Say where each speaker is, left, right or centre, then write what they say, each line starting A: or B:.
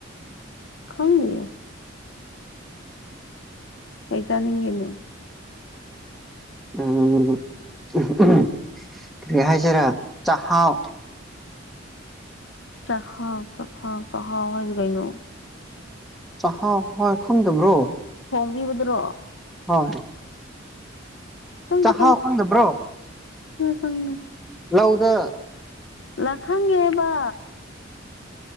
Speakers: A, on the left; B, in the centre.
A: ꯈꯪꯗꯤꯌꯦ ꯀꯩ ꯆꯥꯅꯤꯡꯒꯦꯅꯦ
B: ꯎꯝ ꯎꯝꯎꯝ ꯀꯔꯤ ꯍꯥꯏꯁꯦꯔ ꯆꯥꯛꯍꯥꯎ
A: ꯆꯍꯥꯎ ꯆꯈꯥꯎ ꯆꯍꯥꯎ ꯍꯥꯏꯗꯤ ꯀꯩꯅꯣ
B: ꯆꯍꯥꯎ ꯍꯣꯢ ꯈꯪꯗꯕ꯭ꯔꯣ
A: ꯃꯤꯕꯗꯨꯔꯣ
B: ꯍꯣꯏ
A: ꯈꯉꯦ
B: ꯆꯥꯛꯍꯥꯎ ꯈꯪꯗꯕ꯭ꯔꯣ
A: ꯈꯉꯦ
B: ꯂꯧꯗ
A: ꯂ ꯈꯥꯡꯉꯦꯕ